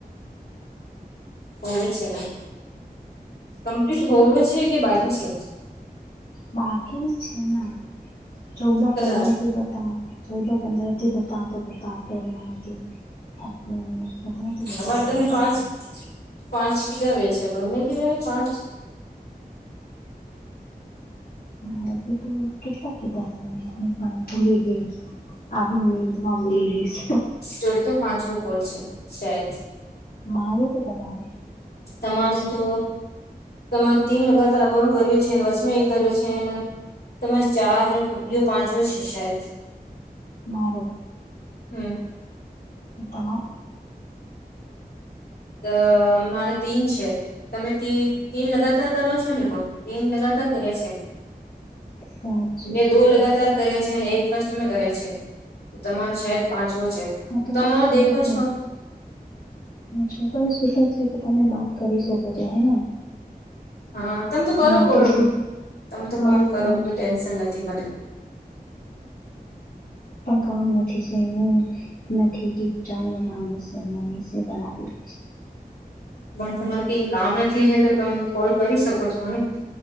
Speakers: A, on the left; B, on the left.
A: હોવે છે કમ્પ્લીટ હોવે છે કે બાકી છે.
B: બાકી જ છે ના ચૌદ
A: કતરા
B: પંદર થી બતાવ. ચૌદહ પંદ્રહથી બતાતો બતાતો થી. <unintelligible>
A: અમારે તમે પાંચ
B: <unintelligible>
A: પાંચ કિધ બેે છે ન કિધ પાંચ
B: હાજ તો કેટલા કીધા હું પણ ભૂલી ગેય. આબી નીંદમાં બોલી રહી છે.
A: જોઈતું પાંચવો કોલ છે શાયદ.
B: માર કે તમારે?
A: તમારું તો તમે તીન લગાતાર બું કર્યું છે. ને વચ મે એક કર્યો છે. તમારે ચાર યો પાંચ વો છે શાયદ.
B: મારો
A: હમ્મ.
B: તમાર
A: અ મારે તીન છે. તમે તીન લગાતાર કરો છો ને બઉ તીન લગાતાર કર્યા છે.
B: <inaudible> સાચું
A: મેં દો
B: છે
A: લગાતાર કર્યા છે. અને એક ફસ્ટ મેં કરે છે. તો તમારે શાયદ પાંચવો છે.
B: હા તો
A: તમો દેખો
B: આ તો
A: છો.
B: છોકરો સુત જ છે. તો તમે બાત કરી શકો છો હેના.
A: હા તમે તો કરો
B: નથી
A: કોલ.
B: સે
A: તમે તો
B: હા
A: કોલ કરો
B: મા-
A: કોઈ ટેન્શન નથી મને.
B: કામ નથી હું નથી કે ચાય બનાવાની. તે મમ્મી સે બનાવી.
A: પણ તમારે કઈ કામ નથી છે. તો તમે કોલ કરી શકો છોને.